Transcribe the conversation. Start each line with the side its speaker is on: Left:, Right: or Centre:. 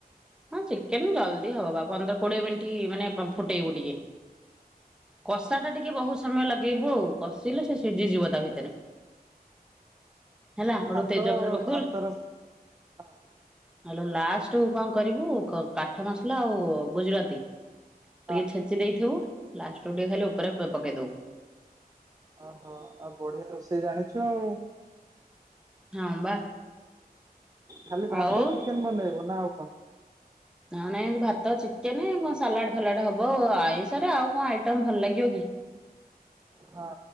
Centre: ହଁ ଚିକେନ ଜଲଦି ହବ ବା ପନ୍ଦର କୋଡିଏ ମିନିଟ୍ ମାନେ ଫୁଟେଇବୁ ଟିକେ। କଷା
Right: ହଁ
Centre: ଟା ଟିକେ ବହୁତ ସମୟ ଲଗେଇବୁ ଆଉ କଷିଲେ ସେ ସିଝିଯିବ ତା ଭିତରେ। ହେଲା
Right: ହଁ
Centre: ହେଠୁ
Right: ଭାତ
Centre: ତେଜପତ୍ର ପକେଇଥିବୁ
Right: ଭାତର ହଁ।
Centre: ହଲୋ ଲାଷ୍ଟ୍ କୁ କଣ କରିବୁ କାଠ ମସଲା ଆଉ ଗୁଜୁରାତି ଟିକେ
Right: ହଁ
Centre: ଛେଚି ଛେଚି ଦେଇିଥିବୁ ଲାଷ୍ଟ କୁ ଟିକେ ଖାଲି ଉପରେ ପକେଇ ଦବୁ।
Right: ଓହୋ ଆଉ ବଢିଆ ରୋଷେଇ ଜାଣିଛୁ ଆଉ।
Centre: ହଁ ବା
Right: ଖାଲି ଭାତ
Centre: ଆଉ
Right: ଚିକେନ ବନେଇବୁ ନା ଆଉ କଣ?
Centre: ହ ନାଇଁ ଆଜି ଭାତ ଚିକେନ କଣ ସାଲାଡ଼ ଫାଲାଡ଼ ହବ ଆଇଁଷରେ ଆଉ କଣ ଆଇଟମ୍ ଭଲ ଲାଗିବ କି।
Right: ହଁ